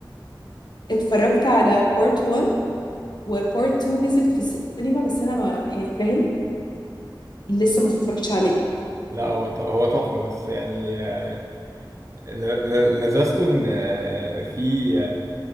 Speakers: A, on the left; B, on the right.
A: اتفرجت على بارت 1 وبارت 2 نزل في السينما بس انا ما يعني فاهم لسه ما اتفرجتش عليه
B: لا هو ت- هو تحفه بس يعني آه، ل- ل- لذذته ان آه، في